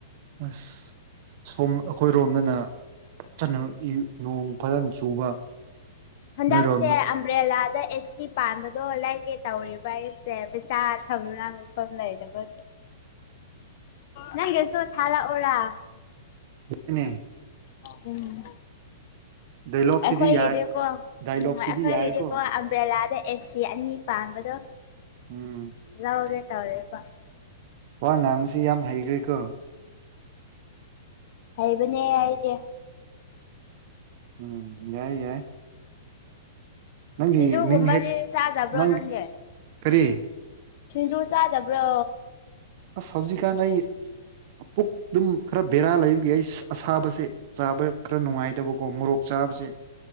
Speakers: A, on the right (about 30°); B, on the left (about 35°).
A: ꯑꯁ ꯁꯣꯝ ꯑꯩꯈꯣꯏꯔꯣꯝꯗꯅ ꯆꯅꯔꯞ ꯌꯨ ꯅꯣꯡ ꯐꯖꯅ ꯆꯨꯕ
B: ꯍꯟꯗꯛꯁꯦ
A: ꯅꯣꯏꯔꯣꯝꯗ
B: ꯑꯝ ꯕ꯭ꯔꯦꯂꯥꯗ ꯑꯦ ꯁꯤ ꯄꯥꯟꯕꯗꯣ ꯂꯩꯒꯦ ꯇꯧꯔꯤꯕ ꯑꯩꯁꯦ ꯄꯩꯁꯥ ꯊꯝꯔꯝ ꯚꯝ ꯂꯩꯇꯕꯒꯤ ꯅꯪꯒꯤꯁꯨ ꯊꯔꯛꯑꯣꯔꯥ
A: ꯗꯨꯅꯦ
B: ꯎꯝ
A: ꯗꯥꯏꯂꯣꯛꯁꯤꯗꯤ
B: ꯑꯩꯈꯣꯏꯒꯤꯗꯤꯀꯣ
A: ꯌꯥꯏ ꯗꯥꯏꯂꯣꯛꯁꯤꯗꯤ
B: ꯎꯝ ꯑꯩꯈꯣꯏꯒꯤꯗꯤꯀꯣ
A: ꯌꯥꯏꯀꯣ
B: ꯕꯦꯂꯥꯗ ꯑꯦꯁꯤ ꯑꯅꯤ ꯄꯥꯟꯕꯗꯣ
A: ꯎꯝ
B: ꯂꯧꯒꯦ ꯇꯧꯔꯦꯕ
A: ꯋꯥ ꯉꯥꯡꯕꯁꯤ ꯌꯥꯝ ꯍꯩꯒ꯭ꯔꯦꯀꯣ
B: ꯍꯩꯕꯅꯦ ꯑꯩꯗꯤ
A: ꯎꯝ ꯌꯥꯏ ꯌꯥꯏ ꯅꯪꯒꯤ
B: ꯁꯤꯡꯖꯨꯒꯨꯝꯕꯗꯤ
A: ꯃꯤꯡ ꯍꯦꯛ
B: ꯆꯥꯗꯕ꯭ꯔꯣ
A: ꯅꯪ
B: ꯅꯪꯗꯤ
A: ꯀꯔꯤ
B: ꯁꯤꯡꯖꯨ ꯆꯥꯗꯕ꯭ꯔꯣ
A: ꯑꯁ ꯍꯧꯖꯤꯛꯀꯥꯟ ꯑꯩ ꯄꯨꯛ ꯑꯗꯨꯝ ꯈꯔ ꯕꯦꯔꯥ ꯂꯩꯕꯒꯤ ꯑꯩ ꯑꯁꯥꯕꯁꯦ ꯆꯥꯕ ꯈꯔ ꯅꯨꯡꯉꯥꯏꯗꯕꯀꯣ ꯃꯣꯔꯣꯛ ꯆꯥꯕꯁꯦ